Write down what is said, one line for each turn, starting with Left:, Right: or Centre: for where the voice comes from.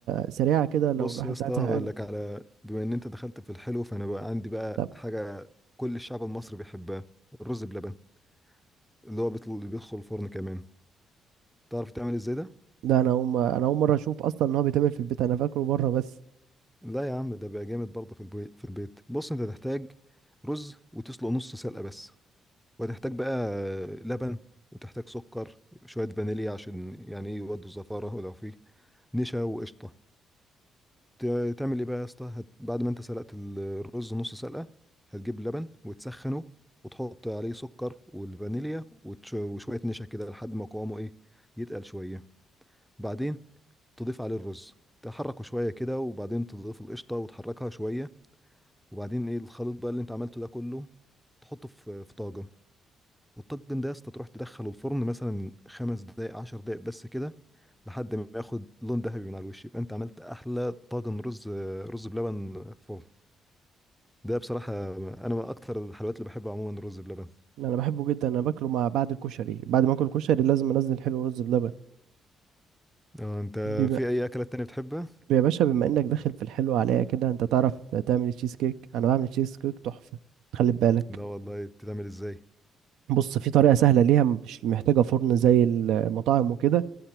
Right: سريعة كده
Centre: بص
Right: لو الواحد
Centre: يا اسطى
Right: قاعد
Centre: هقول
Right: زهقان
Centre: لك على بما ان انت دخلت في الحلو فانا بقى عندي بقى
Right: طب
Centre: حاجه كل الشعب المصري بيحبها الرز بلبن اللي هو بيطل- اللي بيدخل الفرن كمان تعرف تعمل ازاي ده
Right: ده انا اول ما- انا اول مرة اشوف اصلا ان هو بيتعمل في البيت انا فاكره بره بس
Centre: لا يا عم ده بقى جامد برضه في البيت في البيت بص انت تحتاج رز وتسلق نص سلقة بس وتحتاج بقى لبن وتحتاج سكر شوية فانيليا عشان يعني ايه يودوا الزفارة ولو فيه نشا وقشطة ت- تعمل ايه بقى يا اسطى هت- بعد ما انت سلقت ال- الرز نص سلقة هتجيب لبن وتسخنه وتحط عليه سكر والفانيليا وتش- وشوية نشا كده لحد ما قوامه ايه يتقل شوية بعدين تضيف عليه الرز تحركه شوية كده وبعدين تضيف القشطة وتحركها شوية وبعدين ايه الخليط بقى اللي انت عملته ده كله تحطه في في طاجن والطاجن ده يا اسطى تروح تدخله الفرن مثلا خمس دقايق عشر دقايق بس كده لحد ما ياخد لون ذهبي من على الوش يبقى انت عملت احلى طاجن رز رز بلبن فرن ده بصراحة أنا من أكتر الحلويات اللي بحبها عموما الرز بلبن
Right: انا بحبه جدا انا باكله مع بعد الكشري بعد ما اكل كشري لازم انزل حلو رز بلبن
Centre: اه أنت
Right: بما
Centre: في أي أكلات تانية بتحبها؟
Right: يا باشا بما انك داخل في الحلو عليا كده انت تعرف تعمل تشيز كيك انا بعمل تشيز كيك تحفه خلي بالك
Centre: لا والله بتتعمل إزاي؟
Right: بص في طريقه سهله ليها مش محتاجه فرن زي المطاعم وكده